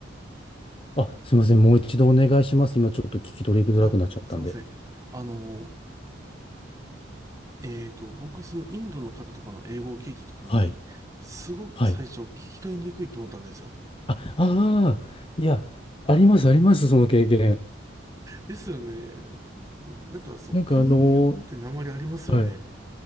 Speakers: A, on the left; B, on the right.
A: あ、すみません。もう一度お願いします。今ちょっと聞き取りづらくなっちゃったんで。
B: あ、すいません。あの、えっと、僕はそのインドの方とかの英語を聞いたときに、
A: はい。
B: すごく最初聞き取りにくいと思ったんですよ。
A: はい。あ、ああ、いや、あります、あります、その経験。
B: ですよね。なんかその国によって訛りありますよね。
A: なんかあのーはい。い